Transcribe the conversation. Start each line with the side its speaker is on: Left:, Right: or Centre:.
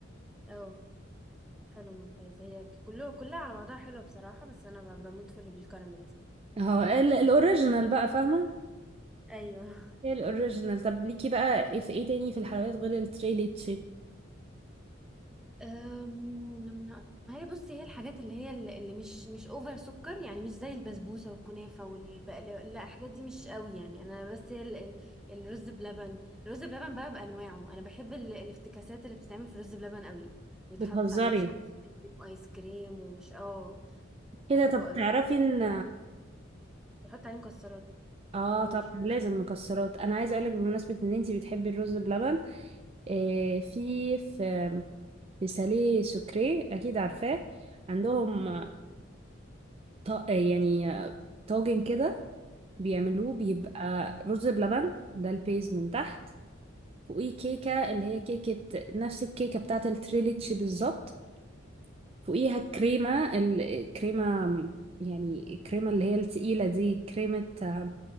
Centre: اه حلو ممتاز هي كلها كلها على بعضها حلوة بصراحة بس أنا ب- بموت في اللي بالكراميل دي
Right: اهو ال... الأوريجينال بقى فاهمة
Centre: أيوه
Right: هي الأوريجينال طب ليكي بقى إيه- في إيه تاني في الحلويات غير التريليتشي
Centre: أم، هي بصي هي الحاجات اللي هي اللي اللي مش مش اوفر سكر يعني مش زي البسبوسه والكنافه والبقلاوه لا الحاجات دي مش قوي يعني انا بس هي ال- ال- الرز بلبن الرز بلبن بقى بانواعه انا بحب ال- الافتكاسات اللي بتتعمل في الرز بلبن قوي ويتحط
Right: بتهزري
Centre: عليه مش عارف إيه، ايس كريم ومش اه
Right: كده
Centre: بحبه
Right: طب
Centre: قوي
Right: تعرفي إن
Centre: بحط عليه مكسرات
Right: اه
Centre: قولي
Right: طبعا لازم مكسرات انا عايزه اقولك بمناسبه ان انتي بتحبي الرز بلبن آه في في في ساليه سكري اكيد عارفاه عندهم
Centre: مم.
Right: ط- يعني طاجن كده بيعملوه بيبقى
Centre: مم.
Right: رز بلبن ده البيز من تحت فوقيه كيكه اللي هي كيكه نفس الكيكه بتاعه التريليتش بالظبط فوقيها كريمة الكريمة يعني الكريمة اللي هي التقيلة دي كريمة آه،